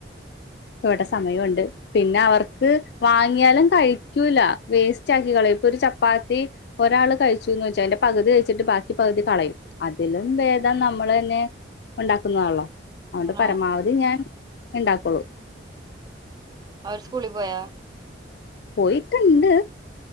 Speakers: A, on the left; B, on the right.
A: ഇവിടെ സമയം ഉണ്ട്. പിന്നെ അവർക്ക് വാങ്ങിയാലും കഴിക്കൂല്ല വേസ്റ്റ് ആക്കി കളയും ഇപ്പൊ ഒരു ചപ്പാത്തി ഒരാള് കഴിച്ചൂന്ന് വെച്ച അതിന്റെ പകുതി കഴിച്ചിട്ട് ബാക്കി പകുതി കളയും അതിലും ഭേദം നമ്മള് തന്നെ ഉണ്ടാക്കുന്നതാണല്ലോ. അതുകൊണ്ട്
B: ആഹ്
A: പരമാവധി ഞാൻ ഇണ്ടാക്കുള്ളൂ
B: അവര് സ്കൂളിൽ പോയ
A: പോയിട്ടുണ്ട്